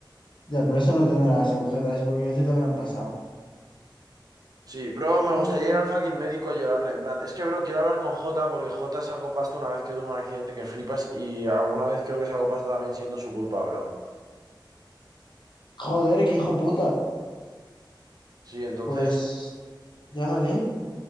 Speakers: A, on the left; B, on the right.
A: Ya, por eso no tendrás agujetas, porque ya se te habrán pasado.
B: Sí, bro, me
A: Oh,
B: gustaría ir al fucking médico a llorarle. En plan, es que, bro, quiero hablar con Jota porque Jota sacó pasta una vez que tuvo un accidente que flipas y alguna vez creo que sacó pasta también siendo su culpa, bro.
A: joder, qué hijo puta.
B: Sí, entonces,
A: Pues llámale,